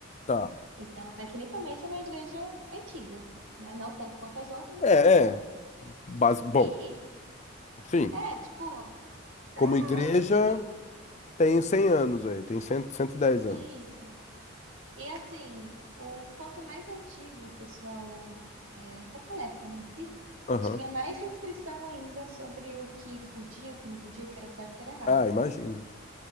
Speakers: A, on the left (about 35°); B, on the right (about 75°).
A: Tá.
B: Então, tecnicamente, é uma igreja antiga, né? Não tanto quanto as outras,
A: É,
B: mas é.
A: é. Base... Bom,
B: E,
A: sim.
B: é, tipo,
A: Como
B: é
A: igreja,
B: antiguinha.
A: tem 100 anos aí, tem cem, cento e dez
B: Isso.
A: anos.
B: E assim, o quanto mais antigo o pessoal é, daquela época né, em si,
A: Aham.
B: tinha mais restrição ainda sobre o que podia, o que não podia, o que era certo, o que era errado.
A: Ah, imagino.